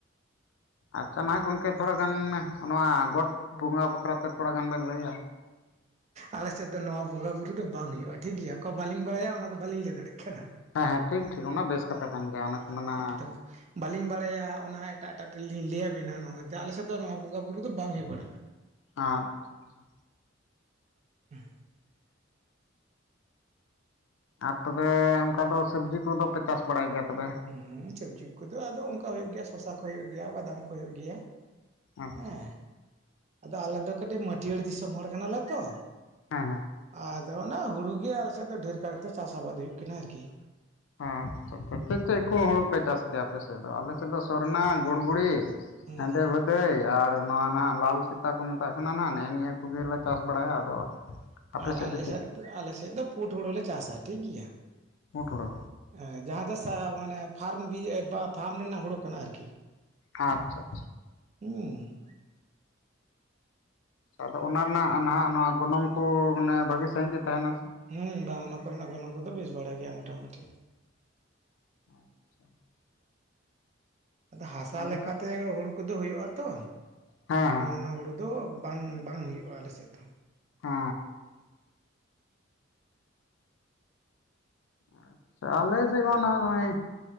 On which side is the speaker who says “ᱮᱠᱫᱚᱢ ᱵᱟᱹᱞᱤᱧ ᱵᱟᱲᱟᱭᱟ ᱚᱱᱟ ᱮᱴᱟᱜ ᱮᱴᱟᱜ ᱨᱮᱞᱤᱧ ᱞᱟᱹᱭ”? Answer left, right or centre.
Right